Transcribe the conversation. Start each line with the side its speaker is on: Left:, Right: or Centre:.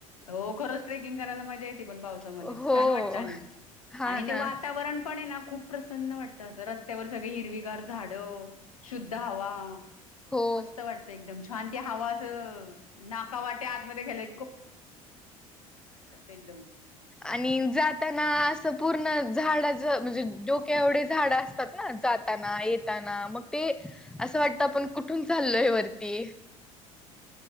Left: हो खरोच ट्रेकिंग करायला मजा येते पण पावसामध्ये
Centre: हो
Left: छान वाटत आणि
Centre: हा
Left: आणि
Centre: ना
Left: ते वातावरण पण आहे ना खूप. खूप प्रसन्न वाटत असं रस्त्यावर सगळे हिरविगार झाडं शुद्ध हवा.
Centre: हो
Left: मस्त वाटत एकदम छान ती हवा असं नाका वाट्या आतमध्ये गेल्या. एकदम
Centre: आणि जाताना असं पूर्ण. झाड च. म्हणजे डोक एवढे झाड असत. असतातना जाताना येताना मग ते असं वाटत आपण कुठून चाललो आहे वरती.